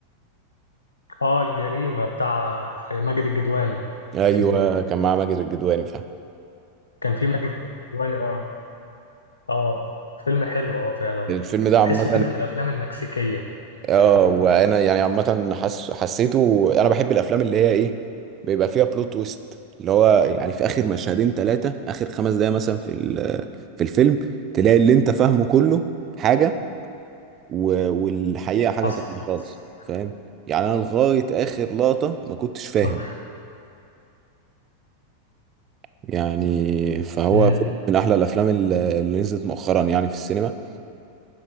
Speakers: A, on the left; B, on the right.
A: اه الجريمة بتاع ماجد الجدواني
B: ايوه
A: الجدواني
B: كان معاه ماجد الجدواني فاهم
A: كان في ماجد الجدواني اه اه فيلم حلو اه فعلا
B: الفيلم ده عامه
A: تحسه كده من الافلام المكسيكية
B: اه
A: في ال-
B: وانا يعني عامه حس... حسيته انا بحب الافلام اللي هي ايه بيبقى فيها بلوت تويست اللي هو يعني في اخر مشهدين ثلاثه اخر خمس دقايق مثلا في ال... في الفيلم تلاقي اللي انت فاهمه كله حاجه و... والحقيقه حاجه
A: حصل
B: تانية
A: بس
B: خالص فاهم يعني انا لغايه اخر لقطه ما كنتش فاهم
A: آه.
B: يعني فهو
A: امم
B: فيلم من احلى الافلام اللي اللي نزلت مؤخرا يعني في السينما